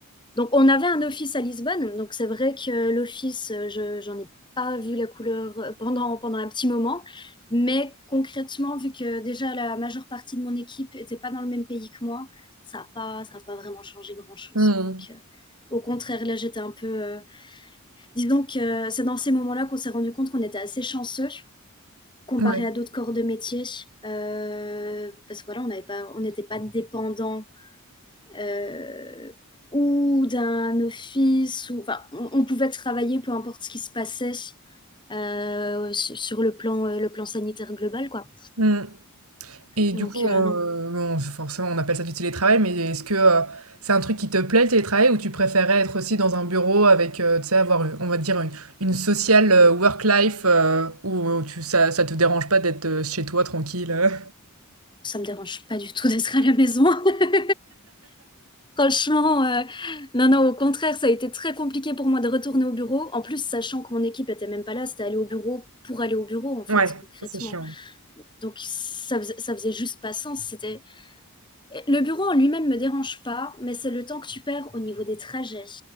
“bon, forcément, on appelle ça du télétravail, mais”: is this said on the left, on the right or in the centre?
Right